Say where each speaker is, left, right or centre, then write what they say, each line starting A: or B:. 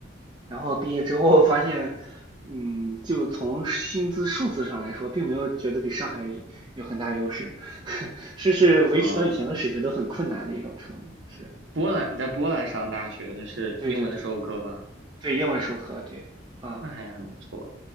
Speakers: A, on the right; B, on the right.
A: 然后毕业之后发现，嗯，就从薪资数字上来说，并没有觉得比上海有很大优势，<laughs> 是是维持到以前的水平都很困难的一种程度。
B: 啊。
A: 是，
B: 波兰，你在波兰上大学，那是英文授课吗？
A: 对对对对，英文授课，对啊，
B: 那还很不错。